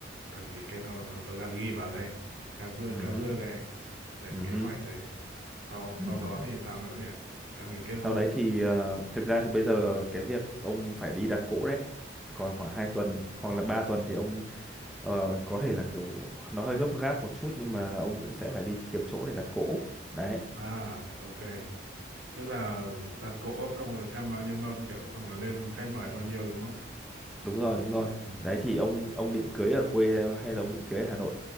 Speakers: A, on the right (about 75°); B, in the centre.
A: Đăng ký kết hôn. Ừ, tôi đang ghi vào đây. Các bước
B: ừ
A: các bước đây. Lên
B: ừ
A: kế hoạch đấy. Sau
B: ừ
A: sau
B: ừ
A: đó thì sao nữa nhỉ? Đăng ký kết hôn
B: Sau đấy
A: rồi.
B: thì ờ, thực ra thì bây giờ cái việc ông phải đi đặt cỗ đấy. Còn khoảng 2 tuần hoặc là 3 tuần thì ông ờ, có thể là kiểu nó hơi gấp gáp một chút nhưng mà ông cũng sẽ phải đi kiếm chỗ để đặt cỗ. Đấy,
A: À ok. tức là đặt cỗ xong rồi xem bao nhiêu mâm kiểu xong rồi lên khách mời bao nhiêu đúng không
B: đúng rồi, đúng rồi.
A: Ừ. ừ.
B: Đấy thì ông ông định cưới ở quê hay là ông định cưới ở Hà Nội